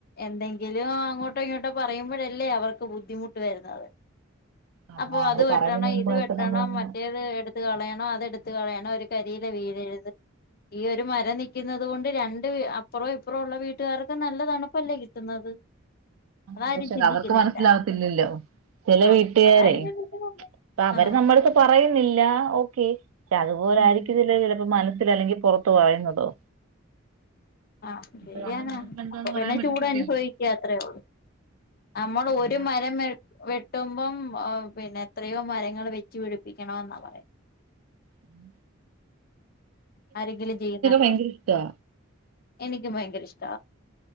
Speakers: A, on the left; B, on the right.
A: എന്തെങ്കിലും അങ്ങോട്ടോ ഇങ്ങോട്ടോ പറയുമ്പോഴല്ലേ അവർക്ക് ബുദ്ധിമുട്ട് വരുന്നത്
B: അതാ
A: അപ്പൊ
B: അവര്
A: അത് വെട്ടണം
B: പറയുന്നതിന് മുമ്പായിട്ട്
A: ഇത് വെട്ടണം
B: നമ്മളങ്ങ്
A: മറ്റേത് എടുത്ത് കളയണം അത് എടുത്ത് കളയണം ഒരു കരി ല്ല വീട്ഴുതും ഈ ഒരു മര നൽക്കുന്നത് കൊണ്ട് രണ്ട് അപ്പുറോ ഇപ്പുറോ ഉള്ള വീട്ടുകാർക്ക് നല്ല തണുപ്പല്ലേ കിട്ടുന്നത് അതാരും
B: അത് പക്ഷെ
A: ചിന്തിക്കുന്നില്ല
B: അവർക്ക് മനസ്സിലാവത്തില്ലല്ലോ ചെില
A: ആഹ്
B: വീട്ടുകാരെ
A: അതാരും ചിന്തിക്കുന്നില്ല
B: അ അവര്
A: ആഹ്
B: നമ്മത്ത് പറയുന്നില്ല ഓെ അതുപോലെ
A: ഉം
B: ആയിരിക്കുന്നില്ല ചിലപ്പോ മനസ്സിൽ അല്ലെങ്കി പുറത്ത പറയുന്നതോ
A: ആഹ ചെയ്യാനാ
B: ഒരാളുടെ മനസ്സിലെന്തോന്ന്
A: അപ്പൊ പിന്നെ
B: പറയാൻ പറ്റത്തില്ലല്ലോ
A: ചൂട് അനുഭവിക്ക അത്രേള്ളൂ നമ്മൾ ഒരു
B: അതാ
A: മരം വെട്ടുമ്പം പിന്നെ എത്രയോ മരങ്ങൾ വെച്ചുപടിപ്പിക്കണ എന്നാ പറയാ
B: ഉം
A: ആരെങ്കിലും ചെയ്യുന്നുണ്ടോ
B: ഭയങ്കര ഇഷ്ടാ
A: എനിക്കും ഭയങ്കര ഇഷ്ട